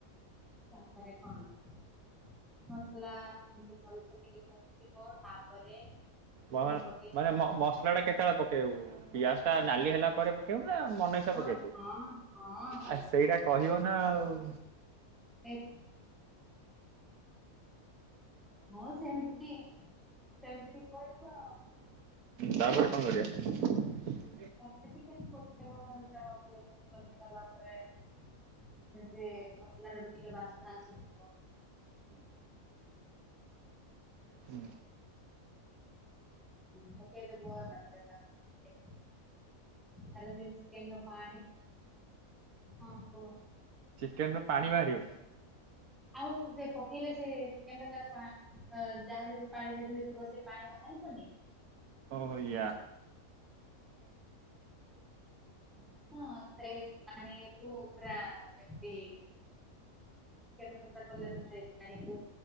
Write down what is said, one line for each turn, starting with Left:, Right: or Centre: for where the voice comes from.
Centre: ତାପରେ କଣ ମସଲାମତି ଭଲ ସେ ଟିକେ ଆିବ ତାପରେ ଚିକେନ
Right: ମ
Centre: ପକେଇବ
Right: ମାନେ ମସଲା ଟା କେତେବେଳେ ପକେଇବୁ ପିଆଜ ଟା ନାଲି ହେଲା ପରେ ପକେଇବୁ ନା ମନଇସା
Centre: ହଁ
Right: ପକେଇ ତୁ
Centre: ହଁ ହଁ
Right: ଆ ସେଇଟା କହିବ ନା ଆଉ
Centre: ଏକ ହଁ ସେମତି ସେମତି କହିବ ଆଉ
Right: ତାପରେ କଣ କରିବାଆ
Centre: ସିଗଲା ପରେ ସେେ ମସଲ ର ବି ଟିକେ ବାସ୍ତନା ଆସିବ
Right: ହୁଁ
Centre: ମୁ କେ ବ ତା ତ ଚିକେନ ପାଣି ହଁ କ
Right: କେନୁ ପାଣି ବାହାରିବ
Centre: ଆଉ ସେ ପକେଇଲେ ସେନ ତାର ଯାହାେଲେ ବି ପାଣିରେ ଧୁୋଇଥିବ ସେ ପାଣି ବାହାରିବନି
Right: ହଆ
Centre: ହଁ ସେ ଆକୁ ଉପରା ଏମତି ଚିକେନ ଖ କରଲା ତ ସେ ପାଣି ଖ